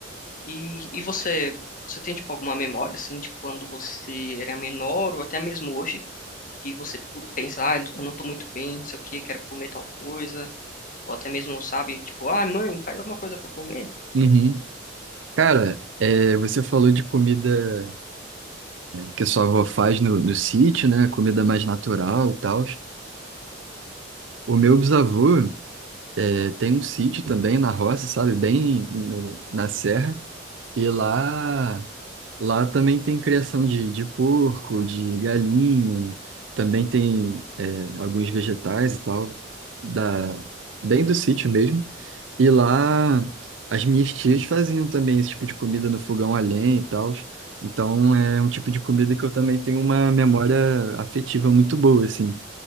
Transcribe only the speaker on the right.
Uhum. Cara, é, você falou de comida que sua avó faz no, no sítio, né? Comida mais natural e tal. O meu bisavô é, tem um sítio também na roça, sabe? Bem no- na serra. E lá, lá também tem criação de, de porco, de galinha, também tem é, alguns vegetais e tal, da, bem do sítio mesmo. E lá as minhas tias faziam também esse tipo de comida no fogão a lenha e tal. Então é um tipo de comida que eu também tenho uma memória afetiva muito boa, assim,